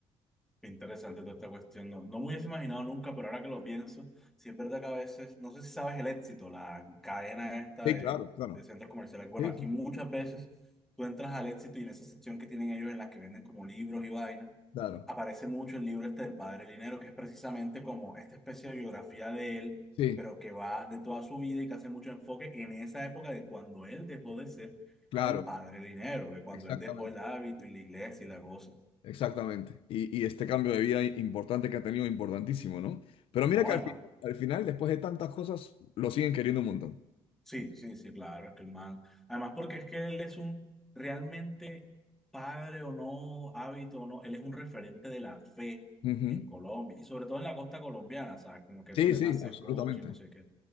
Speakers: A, in the centre; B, on the left (about 65°).
A: Qué interesante toda esta cuestión. No, no me hubiese imaginado nunca, pero ahora que lo pienso, sí es verdad que a veces, no sé si sabes el éxito, la cadena esta
B: Sí,
A: de,
B: claro, claro.
A: de centros comerciales. Bueno,
B: Sí,
A: aquí
B: sí,
A: muchas
B: sí.
A: veces tú entras al éxito y en esa sección que tienen ellos en las que venden como libros y vainas,
B: Claro,
A: aparece mucho el libro este del Padre Linero, que es precisamente como esta especie de biografía de él,
B: sí,
A: pero que va de toda su vida y que hace mucho enfoque en esa época de cuando él dejó de ser
B: claro,
A: el Padre Linero, de cuando
B: exactamente.
A: él dejó el hábito y la iglesia y la cosa.
B: Exactamente. Y, y este cambio de vida importante que ha tenido, importantísimo, ¿no? Pero mira
A: No,
B: que
A: además.
B: al final, al final, después de tantas cosas, lo siguen queriendo un montón.
A: Sí, sí, sí, claro, es que el man. Además, porque es que él es un realmente padre o no, hábito o no, él es un referente de la fe
B: Ujú.
A: en Colombia y sobre todo en la costa colombiana, ¿sabes? Como que
B: Sí,
A: es donde
B: sí,
A: más se
B: absolutamente.
A: escucha y no sé qué.